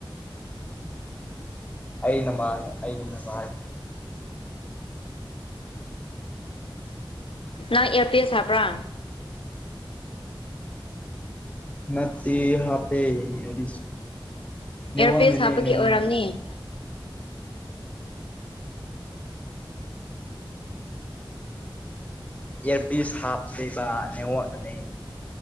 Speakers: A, on the left; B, on the left.
A: ꯑꯩꯅ ꯃꯥꯜꯂꯦ ꯑꯩꯩꯒꯤꯅꯥ ꯃꯥꯜꯂꯦ
B: ꯅꯪ ꯑꯦꯌꯥꯔꯄꯤꯁ ꯍꯥꯞꯄ꯭ꯔꯥ
A: ꯅꯠꯇꯦ ꯍꯥꯞꯄꯦ ꯑꯦꯌꯔꯄꯤꯁ ꯅꯦꯋꯥꯛꯅꯥꯅꯦ
B: ꯏꯌꯥꯔꯄꯤꯁ ꯍꯥꯞꯄꯒꯤ
A: ꯅꯦꯋꯥꯛ
B: ꯑꯣꯏꯔꯝꯅꯤ
A: ꯏꯌꯥꯔꯄꯤꯁ ꯍꯥꯞꯇ꯭ꯔꯤꯕꯥ ꯅꯦꯋꯥꯛꯅꯥꯅꯦ